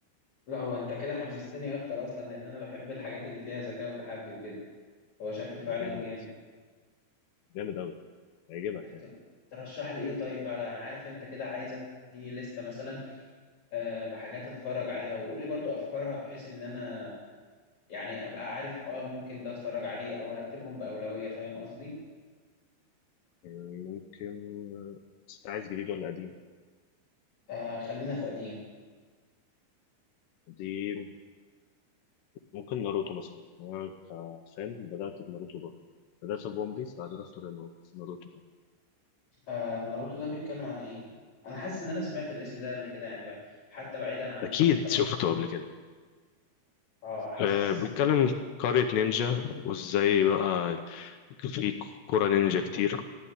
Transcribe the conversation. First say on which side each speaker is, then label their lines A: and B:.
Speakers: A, on the left; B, on the left.
A: لا هو انت كده حمستني
B: بس
A: اكتر اصلا لان انا بحب الحاجات اللي فيها ذكاء وتحدي وكده هو شكله فعلا
B: هو جامد
A: جامد
B: جامد أوي هيعجبك
A: بت-
B: يعني
A: ترشح لي ايه طيب بعد يعني عارف انت كده عايزك تديني لستة مثلا آه بحاجات اتفرج عليها وقول لي برضو افكارها بحيث ان انا يعني ابقى عارف اه ممكن ده اتفرج عليه او ارتبهم بأولوية فاهم قصدي
B: يعني ممكن بس أنت عايز جديد ولا قديم؟
A: آه خلينا في قديم
B: قديم ممكن ناروتو مثلا أنا كفان بدأت بناروتو برضه بدأت بون بيس بعد رحت لناروتو
A: آه ناروتو ده بيتكلم عن ايه انا حاسس ان انا سمعت الاسم ده قبل كده يعني بقى حتى بعيدا عن
B: اكيد
A: ترشيحات
B: شفته
A: الأنمي.
B: قبل كده
A: اه حاسس
B: آه، بنتكلم قرية نينجا وازاي بقى في كرة نينجا كتير